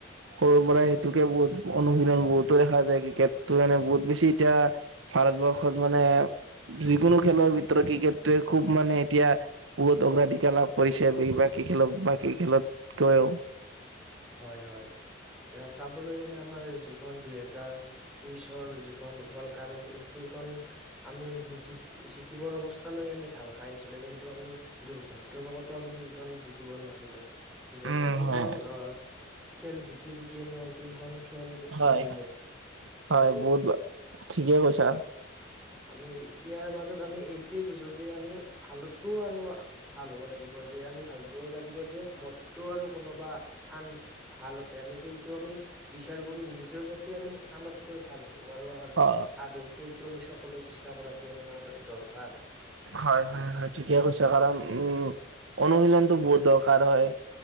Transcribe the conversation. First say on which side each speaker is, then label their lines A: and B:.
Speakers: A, on the right (about 80°); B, in the centre.
A: সৰুৰ পৰাই
B: হয়
A: সেইটোকে বহুত অনুশীলন বহুতো দেখা যায় ক্ৰিকেট ত'মানে বহুত বেছি এতিয়া ভাৰতবৰ্ষত মানে যিকোনো খেলৰ ভিতৰত ক্ৰিকেটটোৱে খুব মানে এতিয়া বহুত অগ্ৰাধিকাৰ লাভ কৰিছে বেছি ভাগ বাকী খেলত বাকী খেলত কৈও
B: হয়- হয় তে চাবলৈ গলে আমাৰ যিখন দুইহেজাৰ তেইশৰ যিখন ৱৰ্ল্ড কাপ আছিল সেই সেইখন আমি জি- জিকিবৰ অৱস্থা লৈ আমি ঢাল খাই আহিছিলো কিন্তু আমি দুৰ্ভাগ্য বশত আমি সেইখন জিকিব নোৱাৰিলো যে
A: উম
B: প্ৰতিখন
A: হয়
B: অ খেল জিকি- জিকি আমি অন্তিম খন খেল
A: হয়
B: হাৰিলো
A: হয়
B: আৰু
A: বহুত ঠিকে কৈছা
B: হয় আমি ইয়াৰ মাজত আমি এইটোৱে বুজো যে আমি ভালতকৈ আৰু ভাল হ'ব লাগিব যে আমি ভাবিব লাগিব যে মোতকেও আৰু কোনোবা আন ভাল আছে। আমি সেইটো আমি বিচাৰ কৰি নিজৰ যাতে আমি আনতকৈ ভাল হব বাৰু আৰ
A: অ
B: আৰু সেইটো আমি সকলোৱে চেষ্টা কৰাটো আমি আৰ দৰকাৰ।
A: হয়-হয়- হয় ঠিকে কৈছে কাৰণ উম অনুশীলনটো বহুত দৰকাৰ হয়।